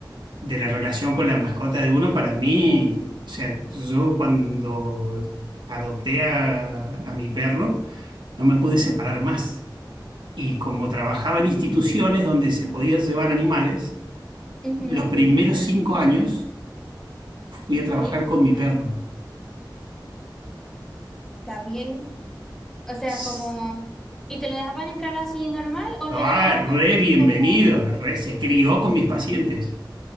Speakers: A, on the right; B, in the centre.
A: de la relación con la mascota de uno, para mí, o sea, yo cuando adopté a, a mi perro, no me pude separar más. Y como trabajaba en instituciones donde se podían llevar animales,
B: Ujú,
A: los primeros cinco años fui
B: Ok.
A: a trabajar con mi perro.
B: Está bien. O sea,
A: S-
B: como. ¿Y te lo dejaban entrar así normal o
A: Ah,
B: lo llevabas como,
A: re bienvenido,
B: como...
A: re- se crió con mis pacientes.